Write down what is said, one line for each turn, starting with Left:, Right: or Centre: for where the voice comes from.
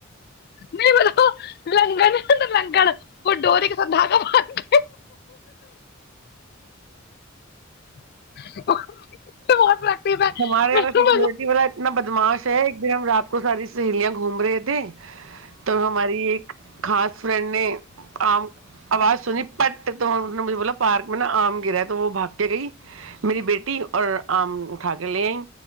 Left: نہیں بولو <inaudible> لنگن وہ ڈوور کےسند گ <inaudible>
Right: ہمارے
Left: بالکل
Right: یہاںا سیکورٹی والا اتنا بدماش ہے ایک دن ہم رات کو ساری سہیلیاں گومرے تھ تو ہماری ایک خاص فرنڈ نے آام آواز سنی پٹ تو مھ بولا پارک میں ن آم گر ہے تو وہ بھاگ کے گئی میری بیٹی اور تھگلیں